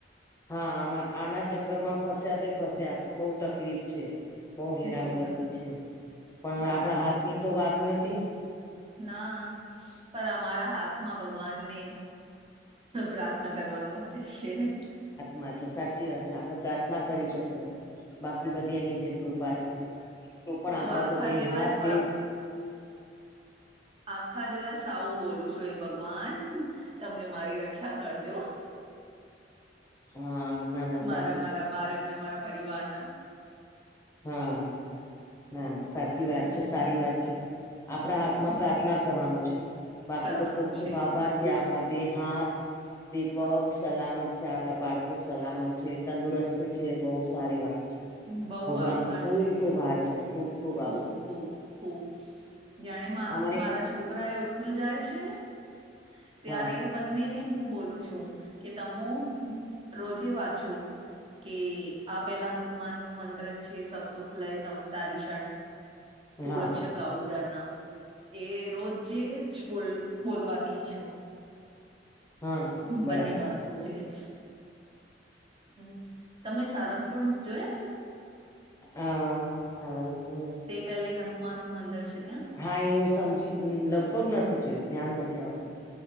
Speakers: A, on the left; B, on the right.
A: હા આમાં આના ચક્કર માં ફસ્યા તે ફસ્યા બહુ તકલીફ છે. બહ હેરાનગતિ
B: બઉ તક
A: છે, પણ હવે
B: હેરાનગતિ
A: આપણા હાથ ની તો વાત નથી.
B: ના પર અમારા હાથમાં ભગવાનને પ્રાર્થના કરવાનું છે ને.
A: માં છે સાચી વાત છે આપણે પ્રાર્થના કરી
B: હા
A: શકીએ બાકી બધી એની જે કૃપા છે. તો પણ
B: હું
A: આપણા
B: આખા
A: તો બે
B: દિવસ
A: હાથ બે
B: આખા દિવસ આવું બોલું છું એ ભગવાન તમને મારી રક્ષા કરજો.
A: હા ના ના
B: મારા
A: સાચી
B: મારા બાળક ના મારા પરિવાર ના.
A: હા ના ના સાચી વાત
B: હમ
A: છે સારી વાત છે આપણા હાથમાં
B: હમ.
A: પ્રાર્થના કરવાનું છે, બાકી
B: કરવાનું
A: તો ખુબ ખુબ
B: છે
A: આભાર
B: બધું
A: કે આપડા
B: જ તો
A: બે હાથ વિપક સલામત છે આપડા બાળકો સલામત છે, તંદુરસ્ત છે બહુ સારી વાત છે.
B: બઉુ
A: ભગવાન
B: આભાર
A: નો ખુબ
B: છે.
A: ખુબ આભાર છે ખૂબ ખૂબ.
B: બ ખબ ખબ, જાણે
A: અમારે
B: મહરા છોકરા સ્કૂલ જાય છે ને, ત્યારે
A: હા
B: બંનેને હું બોલું છું, કે તમે રોજે વાંચો. કે આ પેલા હનુમાન નું મંત્ર છે સબ સુખ લય તમ તારીશ. સુરક્ષક
A: હા
B: કઉડરના, એ રોજે જ બોલ બોલવાથી છું.
A: હા. બરાબર
B: બંને બાળકો જે જ. હમ્મ, તમે સારંગપુળ જોયા છે?
A: અહા, સારંગપુ
B: તે પહેલે હનુમાન નું મંદર છે ત્યા.
A: હા એ હુ સમજી, લગભગ નથી જોયું, ધ્યાન નથી આવતું,